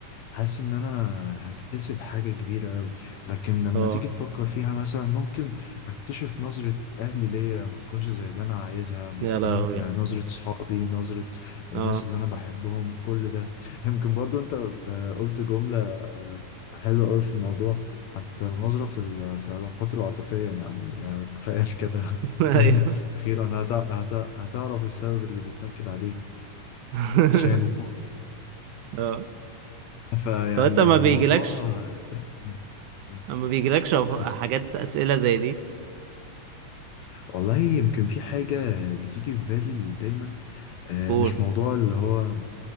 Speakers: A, on the left; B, on the right.
A: حاسس ان انا هكتسب حاجة كبيرة قوي لكن لما
B: اه
A: تيجي تفكر فيها مثلا ممكن اكتشف نظرة اهلي ليا ما تكونش زي اللي انا عايزها ما
B: يا
A: تكون
B: لهوي
A: آه، نظرة صحابي نظرة الناس
B: اه
A: اللي انا بحبهم كل ده يمكن برضو انت آه، قلت جملة آه، حلوة قوي في الموضوع حتى النظرة في ال- في العلاقات العاطفية يعني آه، تخيل كده
B: <laughs>
A: <laughs>
B: ايوه
A: أخيرا هتع- هتع- هتعرف السبب اللي بيتنكد عليك
B: <laughs>
A: شانه
B: اه
A: فيعني
B: طب انت ما بيجيلكش
A: موضوع استنى. م-
B: ما بيجيلكش أف-
A: آسف.
B: حاجات اسئلة زي دي
A: والله يمكن في حاجة بتيجي في بالي دايما آه،
B: قول
A: مش موضوع اللي هو